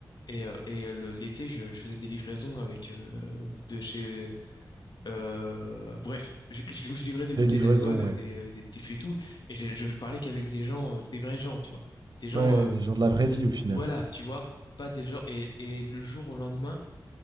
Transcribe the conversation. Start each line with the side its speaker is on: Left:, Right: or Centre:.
Left: Et, euh, et euh, le- l'été, je, je faisais des livraisons avec euh, de chez. euh, bref, je, je- je livrais des bouteilles
Right: La livraison,
Left: d'alcool, euh,
Right: ouais.
Left: des, des, des fûts et tout. Et je, je parlais qu'avec des gens, euh, des vrais gens, tu vois. Des gens,
Right: Ouais,
Left: euh,
Right: des gens de la vraie vie au final.
Left: voilà, tu vois. Pas des gens. Et, et le jour au lendemain,